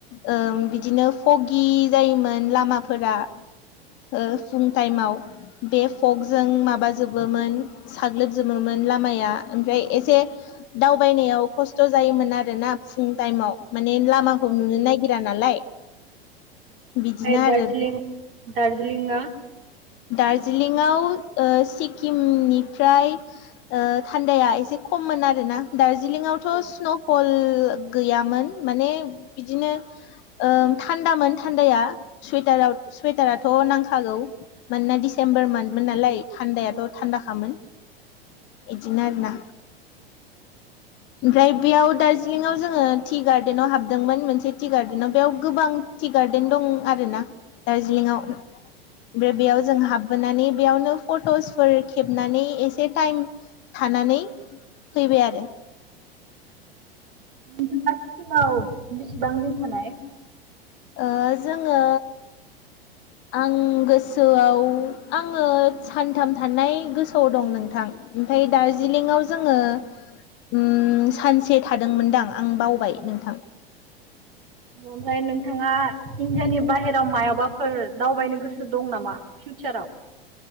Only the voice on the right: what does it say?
औ ओमफ्राय
आमफाप
दार्जिलिं दार्जिलिंगा
औ
<unintelligible>
नोंथाङा सिक्किमाव बिसिबां दिन थानाय?
ओमफ्राय नोंथाङा इण्डियानि बाहेरायाव मायाबाफोर दावबायनो गोसो दं नामा? फिउचाराव